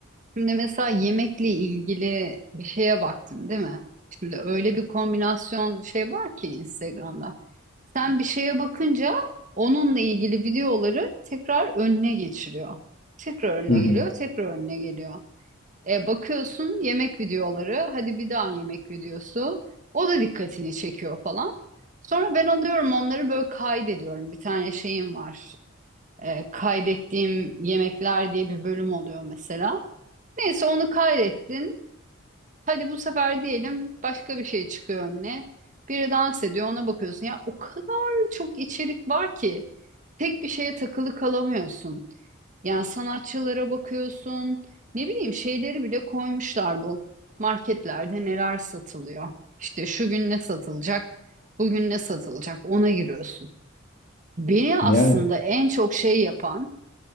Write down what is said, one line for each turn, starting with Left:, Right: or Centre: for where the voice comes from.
Right: Şimdi mesela yemekle ilgili bir şeye baktım, değil mi? Şimdi öyle bir kombinasyon şey var ki Instagram'da. Sen bir şeye bakınca onunla ilgili videoları tekrar önüne geçiriyor. Tekrar önüne
Left: Hı hı.
Right: geliyor, tekrar önüne geliyor. E, bakıyorsun yemek videoları, hadi bir daha yemek videosu. O da dikkatini çekiyor falan. Sonra ben alıyorum onları böyle kaydediyorum. Bir tane şeyim var. E, kaydettiğim yemekler diye bir bölüm oluyor mesela. Neyse onu kaydettin. Hadi bu sefer diyelim başka bir şey çıkıyor önüne. Biri dans ediyor ona bakıyorsun. Ya o kadar çok içerik var ki tek bir şeye takılı kalamıyorsun. Yani sanatçılara bakıyorsun. Ne bileyim şeyleri bile koymuşlar bu. Marketlerde neler satılıyor. İşte şu gün ne satılacak, bugün ne satılacak ona giriyorsun. Beni aslında
Left: Yani
Right: en çok şey yapan